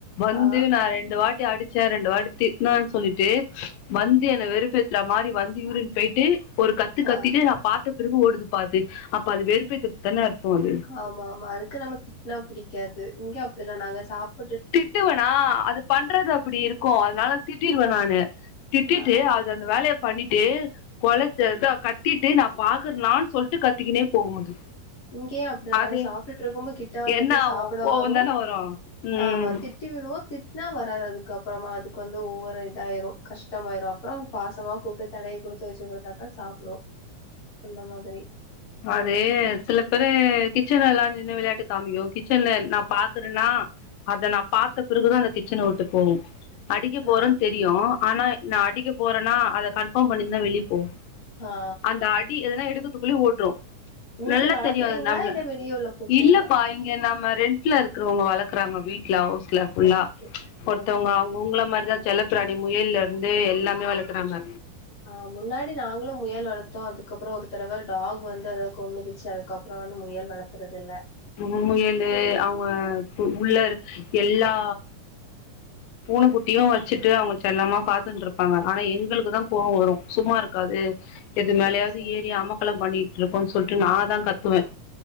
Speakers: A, on the left; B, on the left.
A: வந்து
B: ஆ
A: நா ரெண்டு வாட்டி அடி சேர ரெண்டு வாட்டி திட்டுனேனு சொல்லிட்டு வந்து என்னை வெறுப்பேத்துற மாரி வந்து யூரின் போயிட்டு ஒரு கத்து கத்திட்டு
B: ஆ
A: நா பாத்தப் பிறகு ஓடுதுப்பா அது அப்ப வெறுப்பேத்துக் தான அர்த்தம் அது
B: காவா மறுக்க நம்ம திட்னா புடிக்காது இங்க அப்டிதா நாங்க சாப்
A: திட்டுவேனா அது பண்றது அப்டி இருக்கும் அதனால திட்டினு நானு திட்டிட்டு
B: ஆ
A: அது அந்த வேலைய பண்ணிட்டு கொலைச்சத கத்திட்டு நா பாக்குறேனான்னு சொல்லிட்டு கத்திக்கினே போகும் அது
B: இங்கேயும் அப்டி தா
A: அது
B: நாங்க சாப்பிட்டுட்டு இருக்கும்போ கிட்ட வந்திருந்து
A: என்ன ஆவு
B: சாப்பிட
A: கோவந்
B: வரும்
A: தான வரு ம்
B: ஆமா திட்டி விடுவோம் நா வராது அதுக்கு அப்றோமா அது க்கு வந்து ஒவ்வொரு இதாயிரும் கஷ்டமாயிரும் அப்றோம் பாசமா கூப்பிட்டு தடவி குடுத்து வச்சு குடுத்தா தாசாப்பிடும் அந்த மாரி
A: அதே சில பேரு கிச்சன்ல எல்லா நின்னு விளையாட்டு காமிக்கும் கிச்சன்ல நா பாக்குறேனா அது நா பாத்த பிறகு தா கிச்சனை விட்டுப் போகும் அடிக்க போறேன்னு
B: ஆ
A: தெரியும் ஆனா நா அடிக்க போற நா அதை கன்ஃபார்ம் பண்ணி தா வெளிய போவேன்
B: ஆ
A: அந்த அடி எதனா எடுக்க <unintelligible> ரோ
B: நீங்க
A: நல்லா
B: வளர்த்துறீங்களா
A: தெரியும் அது நம்மள
B: இல்ல வெளிய உள்ள பூச்சையா
A: இல்லப்பா இங்க நாம ரெண்ட்ல இருக்கிறவங்க வளர்க்குறாங்க வீட்ல அவு இல்ல ஃபுல்லா
B: ஓகே
A: ஒருத்தவுங்க
B: ஓகே ஓகே
A: உங்கள மாரி தா செல்லப்பிராணி முயல்ல இருந்து எல்லாமே வளர்க்குறாங்க
B: ஆ முன்னாடி நாங்களும் முயல் வளர்த்தோம் அதுக்கப்றோம் ஒரு தடவை டாக் வந்து அதை கொன்னுடுச்சு அதுக்கப்றோ வந்து முயல் வளத்துறது இல்ல
A: ம் முயலு அவுங்க உள்ள எல்லா பூனைக்குட்டியும் வச்சுட்டு அவுங்க செல்லமா பாத்துட்டு இருப்பாங்க ஆனா எங்களுக்குதான் கோவம் வரும் சும்மா இருக்காது எது
B: சரி
A: மேலயாவது
B: சரி
A: ஏறி அமக்கலம் பண்ணி இருக்கன்னு சொல்லிட்டு நா தா கத்துவேன்